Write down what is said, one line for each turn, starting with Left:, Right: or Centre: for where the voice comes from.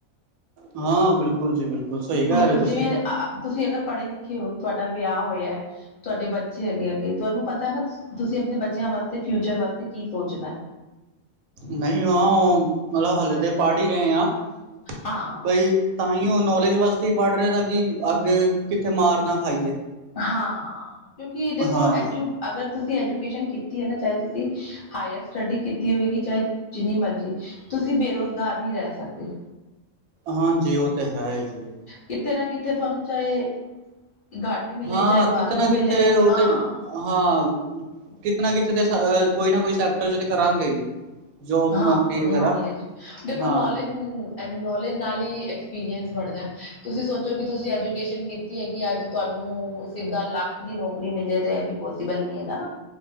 Right: ਹਾਂ ਬਿਲਕੁਲ ਜੀ ਬਿਲਕੁਲ। ਸਹੀ ਕਹਿ
Left: ਮਤਲਬ
Right: ਰਹੇ ਹੋ ਤੁਸੀਂ
Left: ਜਿਵੇਂ ਤੁਸੀਂ ਅਗਰ ਪੜ੍ਹੇ ਲਿਖੇ ਹੋ। ਤੁਹਾਡਾ ਵਿਆਹ ਹੋਇਆ ਹੈ। ਤੁਹਾਡੇ ਬੱਚੇ ਹੈਗੇ ਅਗੇ, ਤੁਹਾਨੂੰ ਪਤਾ ਹੈ ਨਾ ਤੁਸੀਂ ਆਪਣੇ ਬੱਚਿਆਂ ਵਾਸਤੇ ਫਿਊਚਰ ਵਾਸਤੇ ਕੀ ਸੋਚਣਾ ਹੈ।
Right: ਨਹੀਂ ਹਾਂ ਉਹ ਮਤਲਬ ਹਲੇੇ ਤਾਂ ਪੜ੍ਹ ਹੀ ਰਹੇ ਆ,
Left: ਹਾਂ
Right: ਬਈ। ਤਾਂ ਹੀ ਉਹ ਨੌਲੇਜ ਵਾਸਤੇ ਹੀ ਪੜ੍ਹ ਰਿਹਾ ਤਾਂ ਕੀ, ਅੱਗੇ ਕਿਤੇ ਮਾਰ ਨਾ ਖਾਈਏ।
Left: ਹਾਂ ਕਿਉਂਕਿ ਦੇਖੋ
Right: ਹਾਂ
Left: ਐਜੂ ਅਗਰ ਤੁਸੀਂ ਐਜੂਕੇਸ਼ਨ ਕੀਤੀ ਹੈ। ਨਾ ਚਾਹੇ ਤੁਸੀਂ। ਹਾਇਰ ਸਟੱਡੀ ਕੀਤੀ ਹੋਏਗੀ ਚਾਹੇ ਜਿੰਨੀ ਮਰਜ਼ੀ, ਤੁਸੀਂ ਬੇਰੁਜ਼ਗਾਰ ਨਹੀਂ ਰਹਿ ਸਕਦੇ।
Right: ਹਾਂਜੀ ਉਹ ਤਾਂ ਹੈ ਹੀ ਜੀ।
Left: ਕਿਤੇ ਨਾ ਕਿਤੇ ਤੁਹਾਨੂੰ ਚਾਹੇ, ਘਾਟ। ਘੱਟ ਮਿਲੇ
Right: ਹਾਂ
Left: ਚਾਹੇ ਵਾਧੂ
Right: ਕਿਤੇ ਨਾ
Left: ਮਿਲੇ,
Right: ਕਿਤੇ ਉਹ
Left: ਹਾਂ।
Right: ਤੇ ਹਾਂ ਕਿਤੇ ਨਾ ਕਿਤੇ ਤੇ ਕੋਈ ਨਾ ਕੋਈ ਸੈਕਟਰ 'ਚ ਤੇ ਕਰਾਂਗੇ ਹੀ। ਜੋਬ
Left: ਹਾਂ
Right: ਨੌਕਰੀ ਵਗੈਰਾ
Left: ਨੌਲੇਜ, ਦੇਖੋ
Right: ਹਾਂ।
Left: ਨੌਲੇਜ। ਐ ਨੌਲੇਜ ਨਾਲ ਹੀ ਐਕਸਪੀਰੀਐਂਸ ਬੜਦਾ ਤੁਸੀਂ ਸੋਚੋ ਕਿ ਤੁਸੀਂ ਐਜੂਕੇਸ਼ਨ। ਕਿ ਅੱਜ ਤੁਹਾਨੂੰ ਸਿੱਧਾ ਲੱਖ ਦੀ ਨੌਕਰੀ ਮਿਲੇ ਤਾਂ ਇਹ ਵੀ ਪੋਸੀਬਲ ਨਹੀਂ ਹੈਗਾ ਨਾ।